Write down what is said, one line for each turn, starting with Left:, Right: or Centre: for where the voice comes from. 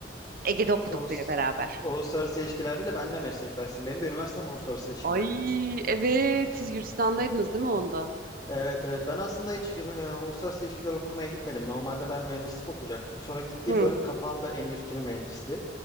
Right: Ege'de okuduk
Left: Ulus,
Right: biri beraber.
Left: uluslararası ilişkilerde de benimle meslektaşsın. Benim de üniversitem uluslararası ilişkiler.
Right: Ay evet siz Gürcistan'daydınız değil mi onda?
Left: Evet evet ben aslında hiç ünü- e, uluslararası ilişkiler okumaya gitmedim. Normalde ben mühendislik okuyacaktım. Sonra gittiğim
Right: Hı.
Left: bölüm kapandı endüstri mühendisliği.